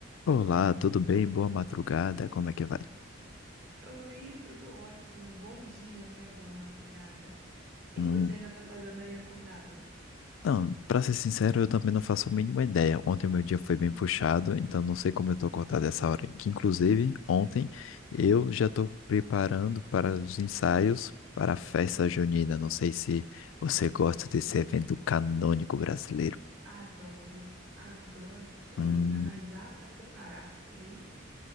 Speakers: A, on the left; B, on the right.
A: Olá, tudo bem? Boa madrugada, como é que vai?
B: Oi, tudo ótimo. Bom dia, né? Boa madrugada. O que
A: Hum,
B: que você ainda tá fazendo aí acordado?
A: não, pra ser sincero, eu também não faço a mínima ideia. Ontem o meu dia foi bem puxado, então não sei como eu tô acordado essa hora. Que inclusive, ontem eu já tô preparando para os ensaios para a festa junina. Não sei se você gosta desse evento canônico brasileiro.
B: Adoro, adoro festa
A: Hum,
B: junina, mas já tá preparado por aí?